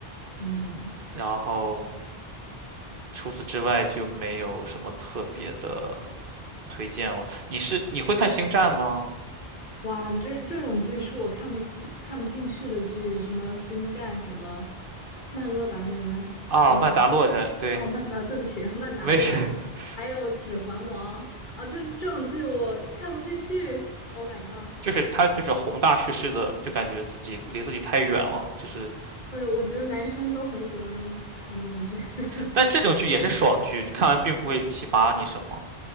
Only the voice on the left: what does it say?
嗯，
哇，这这种剧是我看不看不进去的剧，什么《星战》，什么《曼洛达人》，
什么
哦，曼达，对不起，曼达洛人，
还有《指环王》啊，这这种剧我看不进去。Oh my god！
对，我觉得男生都很喜欢看这种剧。<laughs>